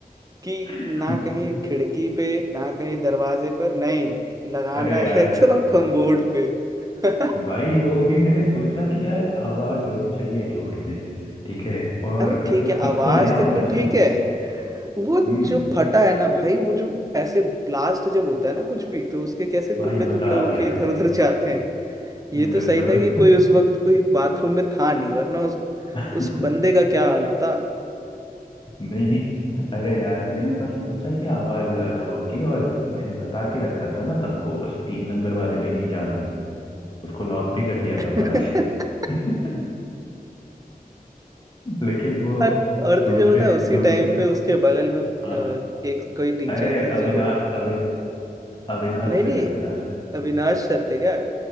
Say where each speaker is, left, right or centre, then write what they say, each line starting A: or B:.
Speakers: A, on the right; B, on the left.
A: कि
B: <laughs>
A: ना कहीं खिड़की पे ना कहीं दरवाजे पर नहीं लगाना
B: अरे यार
A: है <laughs> तो कमबोर्ड पे <laughs>
B: भाई वो भी मैंने सोचा कि यार आवाज होनी चाहिए जोर से ठीक है और
A: अरे ठीक
B: मतलब
A: है
B: कुछ
A: आवाज
B: तो नया
A: तक
B: होना
A: तो
B: चाहिए
A: ठीक है वो
B: हम्म
A: जो फटा है ना भाई वो जो ऐसे ब्लास्ट जब होता है ना कुछ भी तो उसके कैसे टुकड़े
B: भाई मजा
A: टुकड़े
B: आ
A: होके
B: गया उसपे
A: इधर उधर जाते ये
B: बिल्कुल
A: तो सही था कि कोई उस वक्त कोई बाथरूम में था नहीं वरना उस
B: <laughs>
A: उस बंदे का क्या हाल होता
B: नहीं नहीं अरे यार मैंने बस सोचा कि आवाज ज्यादा होगी और मैंने बता के रखा था ना सबको उस तीन नंबर वाले में नहीं जाना है उसको लॉक भी कर दिया
A: <laughs>
B: था बाहर से <laughs> लेकिन वो
A: और और तुझे
B: दूसरे
A: पता है उसी
B: दूसरे
A: टाइम पे उसके बगल में अ,
B: हाँ
A: एक कोई टीचर
B: अरे
A: थे जो
B: अविनाश अवि अविनाश
A: नहीं
B: सर
A: नहीं
B: अविनाश
A: अविनाश सर थे क्या